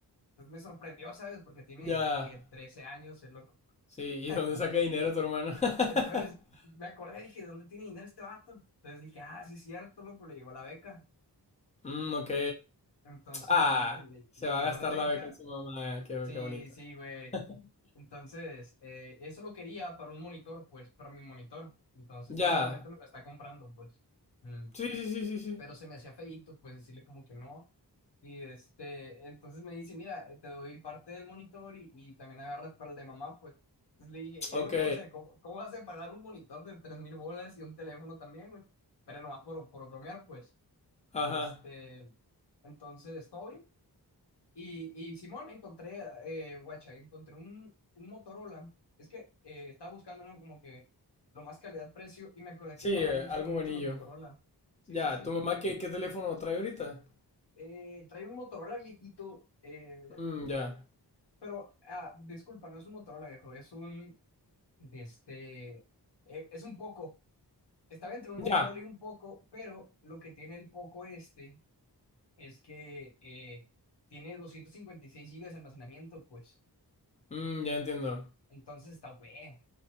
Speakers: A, on the left; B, on the left.
A: Entonces me sorprendió, ¿sabes? Porque tiene
B: ya.
A: que 13 años, el loco.
B: Sí, ¿y
A: <laughs>
B: de dónde saca dinero tu hermano?
A: Entonces
B: <laughs>
A: me acordé, dije, ¿de dónde tiene dinero este vato? Entonces dije, ah, sí es cierto, loco, le llegó la beca.
B: Mm, ok.
A: Entonces
B: Ah,
A: le dije, le,
B: se
A: le
B: va
A: llegó
B: a gastar
A: la beca
B: la beca en su mamá. Qué,
A: Sí,
B: qué bonito.
A: sí, güey.
B: <laughs>
A: Entonces, eh, eso lo quería para un monitor, pues, para mi monitor. Entonces,
B: Ya.
A: técnicamente me lo está comprando, pues. Mm.
B: Sí, sí, sí, sí, sí.
A: Pero se me hacía feíto, pues, decirle como que no. Y este, entonces me dice, mira, eh, te doy parte del monitor y, y también agarras para el de mamá, pues. Entonces le dije,
B: Ok.
A: eh, loco, o sea, ¿cómo, cómo vas a pagar un monitor de tres mil bolas y un teléfono también, güey? Pero nomás por, por bromear, pues.
B: Ajá.
A: De este, entonces, todo bien. Y, y Simón, encontré, eh, guacha, encontré un, un Motorola. Es que eh, estaba buscando, ¿no? Como que lo más calidad-precio y me acordé
B: Sí,
A: que a mi
B: eh,
A: mamá le gustan
B: algo
A: mucho
B: buenillo.
A: los Motorola. Sí,
B: Ya,
A: sí, sí.
B: ¿tu mamá qué, qué teléfono trae ahorita?
A: Eh, trae un Motorola viejito, eh,
B: Mm, ya.
A: pero, ah, disculpa, no es un Motorola viejo, es un, de este, eh, es un Poco. Estaba entre un Motorola
B: Ya.
A: y un Poco, pero lo que tiene el Poco este es que eh, tiene 256 gigas de almacenamiento, pues.
B: Mm, ya entiendo.
A: Entonces está bueno.